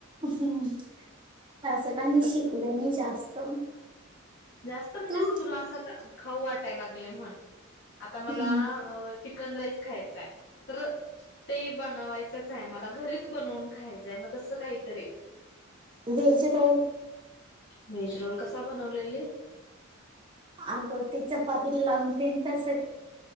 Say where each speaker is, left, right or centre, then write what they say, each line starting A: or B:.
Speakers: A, on the right; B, on the left.
A: हम्. तसं काय मी
B: तस
A: शिकलो नाही जास्त.
B: जास्त म्हणजे
A: तू
B: असं तुला असं खाऊ वाटायला लागलंय म्हणून. आता मला
A: हम्म
B: चिकन राईस खायचाय. तर ते बनवायच- मला. घरीच बनवून खायचाय. मग तसं काहीतरी -
A: व्हेज रोल.
B: Veg roll. कसा बनवलेली?
A: अगं! ते चपातीला लावून तेन तस.